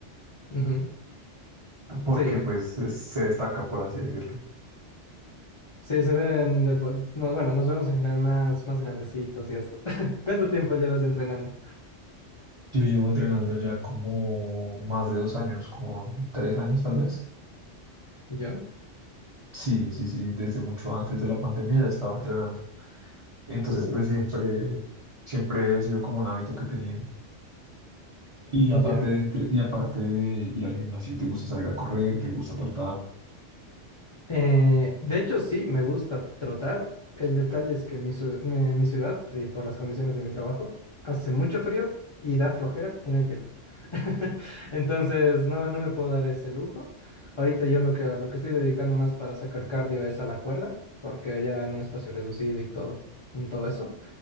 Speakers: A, on the left; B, on the right.
A: Ujú,
B: porque
A: Sí.
B: pues es- se destaca, por así decirlo.
A: Sí, se ven, de po- no, bueno, nos vemos en general más, más grandecitos y esto. <laughs> ¿Cuánto tiempo llevas entrenando?
B: Yo llevo entrenando ya como más de dos años, como tres años tal vez.
A: ¿Yo?
B: Sí, sí, sí, desde mucho antes de la pandemia ya estaba entrenando. Entonces,
A: Uh,
B: pues siempre, siempre ha sido como un hábito que he tenido. Y
A: ya.
B: aparte de, entre- y aparte de ir al gimnasio, ¿te gusta salir a correr? ¿Te gusta trotar?
A: Eh, de hecho, sí, me gusta trotar. El detalle es que mi, ciu- mi, mi ciudad, y por las condiciones de mi trabajo, hace mucho frío y da flojera y no hay tiempo. <laughs> Entonces, no, no me puedo dar ese lujo. Ahorita yo lo que, lo que estoy dedicando más para sacar cardio es a la cuerda, porque ya en un espacio reducido y todo, mm, todo eso.